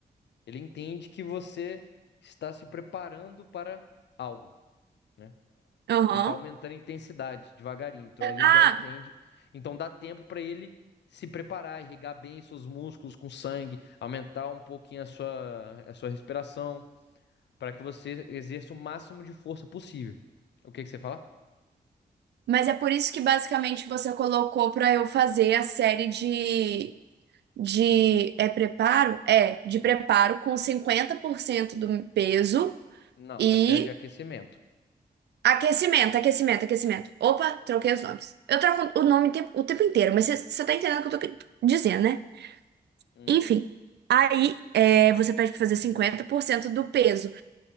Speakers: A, on the left (about 80°); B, on the right (about 70°).
A: ele entende que você está se preparando para algo, né?
B: aham.
A: Porque está aumentando a intensidade devagarinho. Então, ele
B: Ah,
A: já entende. Então, dá tempo para ele se preparar, irrigar bem seus músculos com sangue, aumentar um pouquinho a sua, a sua respiração, para que você exerça o máximo de força possível. O que que você fala?
B: mas é por isso que basicamente você colocou para eu fazer a série de de é preparo? É, de preparo com 50% do peso
A: Não,
B: e
A: essa é a de aquecimento.
B: aquecimento, aquecimento, aquecimento. Opa, troquei os nomes. Eu troco o nome o tempo, o tempo inteiro, mas você você tá entendendo o que eu tô que- dizendo, né?
A: Hum,
B: Enfim. Aí, é, você pede para fazer 50% do peso.